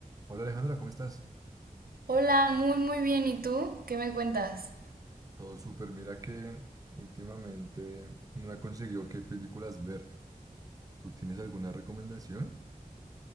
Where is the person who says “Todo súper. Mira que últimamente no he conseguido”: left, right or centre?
Right